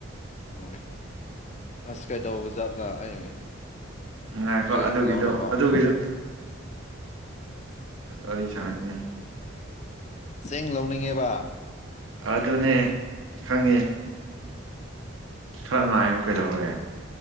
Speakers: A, on the left; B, on the right.
A: ꯑꯣ ꯑꯁ ꯀꯩ ꯇ ꯖꯥꯠꯂꯥ ꯑꯩ
B: ꯉꯅꯨꯡꯉꯥꯏꯈꯣ
A: ꯆꯦꯡ
B: ꯑꯗꯨꯒꯤꯗꯣ
A: ꯂꯧꯔꯕ
B: ꯑꯗꯨꯒꯤꯗꯣ ꯑꯗꯨꯒꯤꯗꯣ ꯁꯥꯟꯅꯅꯤ
A: ꯆꯦꯡ ꯂꯧꯅꯤꯡꯉꯦꯕ
B: ꯑꯗꯨꯅꯦ ꯈꯪꯉꯦ ꯈꯔ ꯉꯥꯏꯌꯨ ꯀꯩꯗꯧꯔꯒꯦ